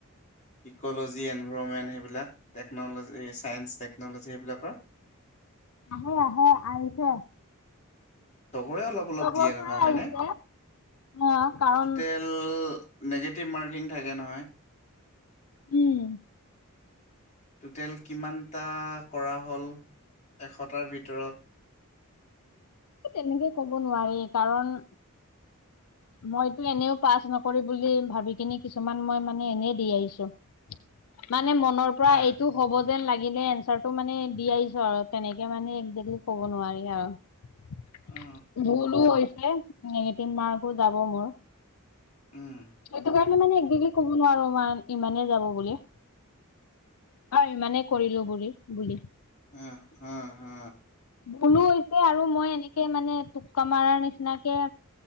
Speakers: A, on the left; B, on the left.
A: ইক'ল'জি, এনভাইৰমেণ্ট সেইবিলাক টেকন'লজী এই ছাইন্স টেকন'লজী সেইবিলাকৰ?
B: আহো আহো আহিছে।
A: তভৰে অলপ অলপ
B: চবৰ
A: দিয়ে
B: পৰাই
A: নহয় হয়নে?
B: আহিছে অ কাৰণ
A: টোটেল টো নেগেটিভ মাৰ্কিং থাকে নহয়?
B: উম।
A: টোটেল কিমানটা কৰা হ'ল এশটাৰ ভিতৰত?
B: এ তেনেকে ক'ব নোৱাৰি কাৰণ মইতো এনেও পাছ নকৰি বুলি ভাবি কিনি কিছুমান মই মানে এনে দি আহিছো। মানে মনৰ পৰা
A: হা
B: এইটো হ'ব যেন লাগিলে এনচাৰটো মানে দি আহিছো আৰু তেনেকে মানে একজেক্টলি ক'ব নোৱাৰি আৰু।
A: অ
B: ভুলো হৈছে, নেগেটিভ মাৰ্কো যাব মোৰ।
A: উম।
B: সেইটো কাৰণে মানে একজেক্টলি কব নোৱাৰো ইমান ইমানেই যাব বুলি। হয় ইমানেই কৰিলো বুলি বুলি।
A: উম হু হু।
B: ভুলো হৈছে আৰু মই এনেকে মানে টোককা মাৰাৰ নিচিনাকে